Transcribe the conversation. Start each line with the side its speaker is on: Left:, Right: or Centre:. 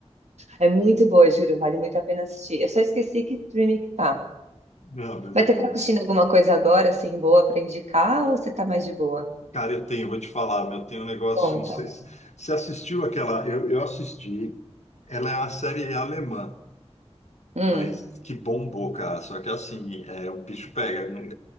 Right: É muito boa, juro, vale muito a pena assistir. Eu só esqueci que streaming que tá.
Left: Não, mas
Right: Mas
Left: é bom.
Right: você tá assistindo alguma coisa agora, assim, boa pra indicar, ou você tá mais de boa?
Left: Cara, eu tenho, vou te falar, meu, tem um negócio,
Right: Conta.
Left: não sei se você assistiu aquela. Eu, eu assisti. Ela é uma série alemã,
Right: Hum.
Left: mas que bombou, cara. Só que assim, é, o bicho pega. não-